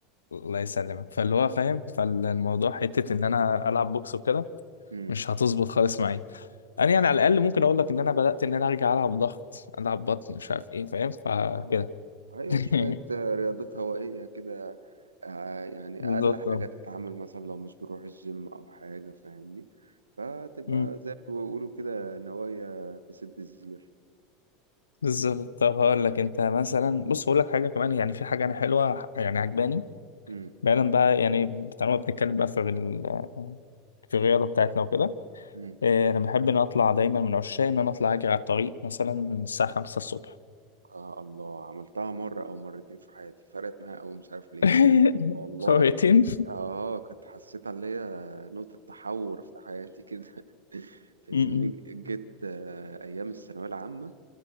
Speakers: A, on the left (about 75°); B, on the right (about 80°).
A: الله يسلمك فاللي هو فاهم فالموضوع حته ان انا العب بوكس وكده
B: عليك
A: مش هتظبط خالص معايا انا يعني على الاقل ممكن اقول لك ان انا بدات ان انا ارجع العب ضغط العب بطن مش عارف ايه فاهم فكده
B: اه ايوه
A: <laughs>
B: شوية آه، رياضات هوائية كده آه، يعني
A: بالظبط
B: اقل حاجة
A: آه.
B: تتعامل مثلا لو مش بنروح الجيم او حاجة فاهمني فتبقى
A: مم.
B: زي ما بيقولوا كده نوايا تسد الزير
A: بالظبط طب هقول لك انت مثلا بص هقول لك حاجه كمان يعني في حاجه انا حلوه يعني عجباني
B: امم
A: بعيدا بقى يعني طالما بنتكلم بقى في ال- في الرياضه بتاعتنا وكده
B: امم
A: آه، انا بحب ان أنا اطلع دايما من عشاق ان انا اطلع اجري على الطريق مثلا الساعه 5 الصبح
B: آه الله عملتها مرة أو مرتين في حياتي فرقت معايا أوي مش عارف ليه
A: <laughs>
B: والله
A: خريطين
B: كنت آه كنت حسيتها اللي هي نقطة تحول في حياتي كده <laughs> فاهمني
A: م- م-
B: جيت آه أيام الثانوية العامة